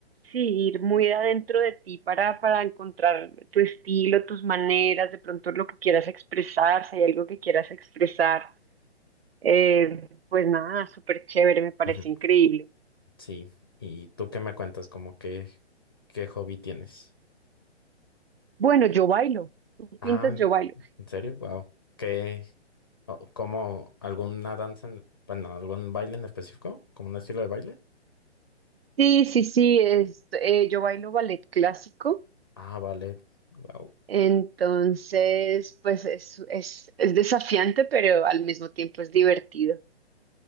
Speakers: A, on the right; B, on the left.
A: sí, ir muy adentro de ti para, para encontrar tu estilo, tus maneras, de pronto lo que quieras expresar, si hay algo que quieras expresar. Eh, pues nada, súper chévere, me parece
B: Ujú,
A: increíble.
B: Sí. ¿Y tú qué me cuentas? Como que, qué hobby tienes?
A: Bueno, yo bailo. ¿Tú
B: Ah,
A: pintas? Yo bailo.
B: ¿en serio? Wow. ¿Qué? o- ¿Cómo alguna danza en- bueno, algún baile en específico? ¿Como un estilo de baile?
A: Sí, sí, sí, es- eh, yo bailo ballet clásico,
B: Ah, vale. Guau.
A: entonces pues es, es, es desafiante, pero al mismo tiempo es divertido.